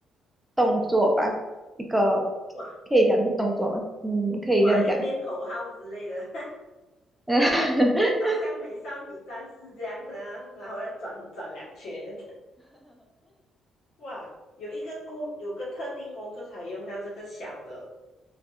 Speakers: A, in the centre; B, on the left.
A: 动作吧，一个
B: 哇
A: 可以讲是动作吗？嗯，可以这样讲。
B: 哇，要念口号之类的。
A: <laughs>
B: 好像美少女战士这样子啊，然后要转转两圈，<laughs> 哇，有一个工，有个特定工作才用到这个小的